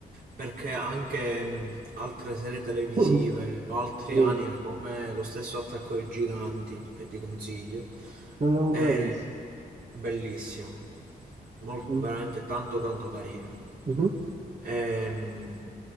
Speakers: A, on the right; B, on the right.
A: Perché anche mm, altre serie televisive
B: Mm,
A: o altri
B: Dimmi,
A: anime, come lo stesso Attacco ai Giganti, che ti consiglio,
B: non l'ho ancora
A: è
B: visto.
A: bellissimo. Molto,
B: Mm.
A: veramente tanto tanto carino.
B: Mhm.
A: Ehm,